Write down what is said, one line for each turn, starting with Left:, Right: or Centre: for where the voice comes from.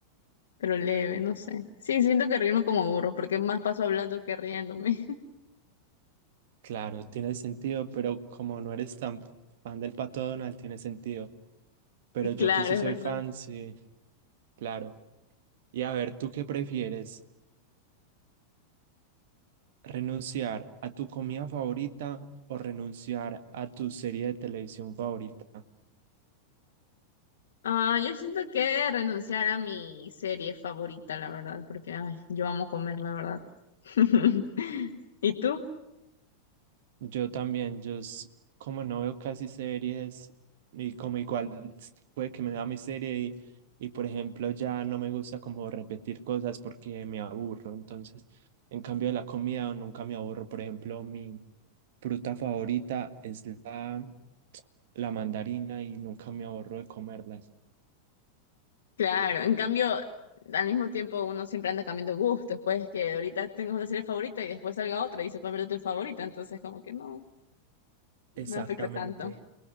Left: pero leve, no sé. Sí, siento que reírme como burro porque más paso hablando que riéndome.
Right: Claro, tiene sentido, pero como no eres tan fan del pato Donald, tiene sentido. Pero
Left: <laughs>
Right: yo
Left: Claro,
Right: que sí
Left: es
Right: soy
Left: verdad.
Right: fan, sí, claro. Y a ver, ¿tú qué prefieres? ¿Renunciar a tu comida favorita o renunciar a tu serie de televisión favorita?
Left: Ah, yo siento que renunciar a mi serie favorita, la verdad, porque ay, yo amo comer, la verdad. <laughs> ¿Y tú?
Right: Yo también, yo s- como no veo casi series y como igual s- puede que me da mi serie y, y por ejemplo ya no me gusta como repetir cosas porque me aburro. Entonces, en cambio de la comida nunca me aburro. Por ejemplo, mi fruta favorita es la, la mandarina y nunca me aburro de comerlas.
Left: Claro, en cambio, al mismo tiempo uno siempre anda cambiando gustos, pues que ahorita tengas una serie favorita y después salga otra y se convierte en tu favorita, entonces como que no, no
Right: Exactamente.
Left: afecta tanto.